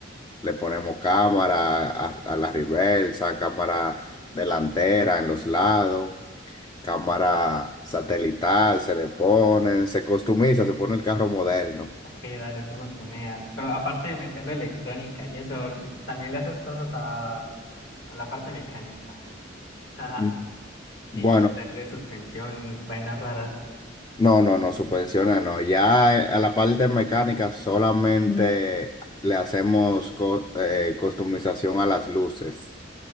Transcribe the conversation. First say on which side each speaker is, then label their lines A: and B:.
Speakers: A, on the left; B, on the left.
A: Le ponemos cámara a, a la reversa, cámara delantera en los lados, cámara satelital, se le ponen, se customiza, se pone el carro moderno.
B: ok, dale, tú lo tuneas. Pero aparte de meterle electrónica y eso, l- también le haces cosas a, a la parte mecánica. O sea,
A: Mm, Bueno,
B: sí, meterle suspensión, vainas raras.
A: no, no, no, suspensiones no. Ya eh, a la parte mecánica solamente le hacemos co- eh, customización a las luces.